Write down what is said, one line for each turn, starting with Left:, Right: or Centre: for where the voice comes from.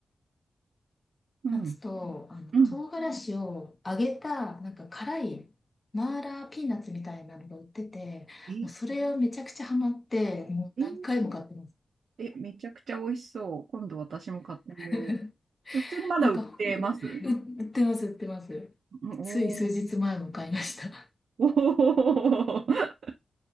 Right: うん
Left: ナッツと、あの、
Right: うん。
Left: 唐辛子を揚げた、なんか辛い、マーラーピーナッツみたいなのが売ってて、
Right: え、
Left: もうそれをめちゃくちゃハマって、もう何回も買ってます。
Right: え、え、めちゃくちゃ美味しそう。今度私も買ってみよう。
Left: <laughs>
Right: え、普通にまだ売ってます
Left: なんか、う売ってます、売ってます。
Right: うん、お
Left: つい数日前も買いました。
Right: おー <laughs>